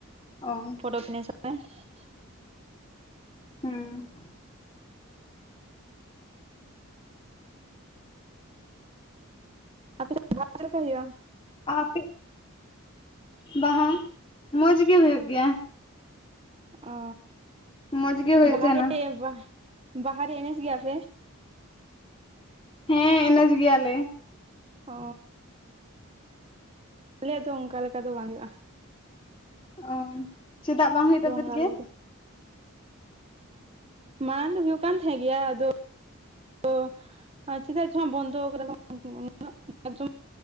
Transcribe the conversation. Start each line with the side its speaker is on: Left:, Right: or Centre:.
Left: ᱚᱝᱻ
Right: ᱯᱷᱳᱴᱳ ᱠᱤᱤᱱ ᱥ <unintelligible>
Left: ᱦᱩᱸᱻ
Right: ᱟᱯᱮᱥᱮᱫ ᱵᱟ ᱞᱮᱠᱟ ᱦᱩᱭᱩᱜᱼᱟ <unintelligible>
Left: ᱟᱼᱯᱮ ᱵᱟᱦᱟ ᱢᱚᱡᱽ ᱜᱤ ᱦᱩᱭᱩᱜ ᱜᱤᱭᱟ?
Right: ᱚᱻ
Left: ᱢᱚᱸᱡᱽ ᱜᱮ ᱦᱩᱭᱩᱜ
Right: ᱵᱟᱦᱟ
Left: ᱛᱟᱦᱮᱱᱟ
Right: ᱨᱮ ᱵᱟᱦᱟᱨᱮ ᱮᱱᱮᱡᱽ ᱜᱮᱭᱟ ᱯᱮ?
Left: ᱦᱮᱸ ᱮᱱᱮᱡᱽ ᱜᱤᱭᱟ ᱞᱮ ᱾
Right: ᱚ, ᱟᱞᱮ ᱟᱜ ᱫᱚ ᱚᱱᱠᱟ ᱞᱮᱠᱟ ᱫᱚ ᱵᱟᱝᱼᱟ ᱾
Left: ᱳᱝ ᱪᱮᱫᱟᱜ ᱵᱟᱝ ᱦᱩᱭᱩᱜ ᱛᱟᱯᱮᱫ
Right: ᱵᱚᱸᱜᱟ
Left: ᱜᱮ?
Right: ᱵᱩᱨᱩ ᱢᱟᱨᱟᱝ ᱫᱚ ᱦᱩᱭᱩᱜ ᱠᱟᱱ ᱛᱮᱦᱮᱱ ᱜᱤᱭᱟ ᱟᱫᱚᱼᱼ ᱛᱚ ᱪᱮᱫᱟᱜ ᱪᱳ ᱵᱚᱱᱫᱚ ᱠᱟᱫᱟ <unintelligible> ᱦᱩᱭᱩᱜ